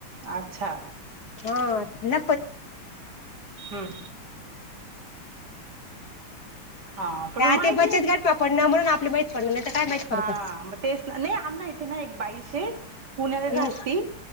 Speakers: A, on the right; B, on the left.
A: अच्छा.
B: हा <unintelligible>
A: हम्म हा पण
B: आता
A: मग माहिती
B: ते बचत गट पडना म्हणून आपले माहित पडले नाही तर काय माहित पडतं.
A: हा मग तेच नाही आमना यथे ना एक बाईशे पुण्याला
B: हम्म
A: असती